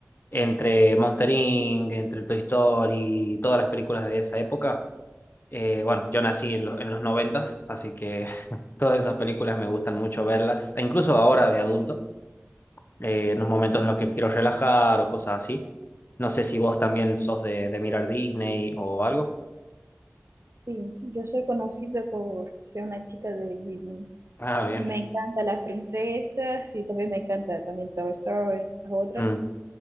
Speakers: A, on the left (about 45°); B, on the right (about 70°).
A: Entre Monster Inc., entre Toy Story, todas las películas de esa época, eh, bueno, yo nací en, lo- en los noventas, así que <laughs> todas esas películas me gustan mucho verlas, e incluso ahora de adulto, eh, en los momentos en los que me quiero relajar o cosas así. No sé si vos también sos de, de mirar Disney o algo.
B: Sí, yo soy conocida por ser una chica de Disney.
A: Ah, bien.
B: Me encantan las princesas y también me encanta también Toy Story, las otras.
A: Mm.